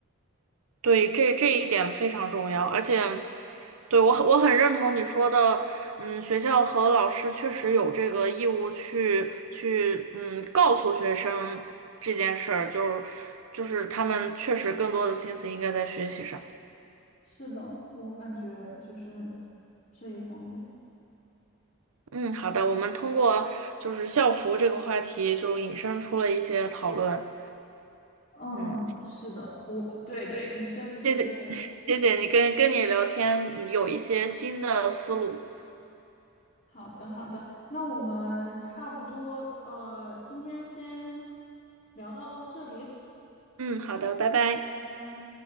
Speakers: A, on the right; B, on the left.
A: 对，这这一点非常重要，而且对我很我很认同你说的，嗯，学校和老师确实有这个义务去去嗯告诉学生这件事儿，就是就是他们确实更多的心思应该在学习上。
B: 是的，我感觉就是这一方面。
A: 嗯，好的，我们通过就是校服这个话题就引申出了一些讨论。
B: 嗯，
A: 嗯，
B: 是的，我对对，引申了一些对。
A: 谢谢 <laughs> 谢谢你跟跟你聊天，嗯有一些新的思路。
B: 好的，好的，那我们差不多，呃，今天先聊到这里，
A: 嗯，好的，拜拜。
B: 拜拜。